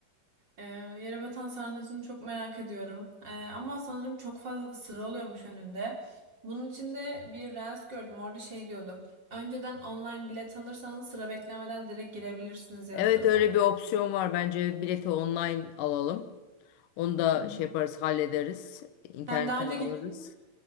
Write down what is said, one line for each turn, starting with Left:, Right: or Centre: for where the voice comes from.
Right: Ee, yere batan sarnıcını çok merak ediyorum. Ee, ama sanırım çok fazla sıra oluyormuş önünde. Bunun için de bir reels gördüm. Orada şey diyordu. Önceden online bilet alırsanız sıra beklemeden direkt girebilirsiniz yazıyordu.
Left: Evet öyle bir opsiyon var. Bence bileti online alalım. Onu da
Right: Hı hı.
Left: şey yaparız hallederiz. İnternetten
Right: Sen daha önce
Left: alırız.
Right: gittin mi?